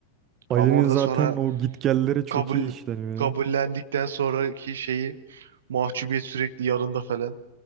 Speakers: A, on the right (about 30°); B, on the right (about 60°).
A: Ali'nin
B: Ama orada
A: zaten
B: sonra
A: o gitgelleri çok
B: kabul
A: iyi işleniyor
B: kabullendikten
A: ya.
B: sonraki şeyi mahcubiyet sürekli yanında falan.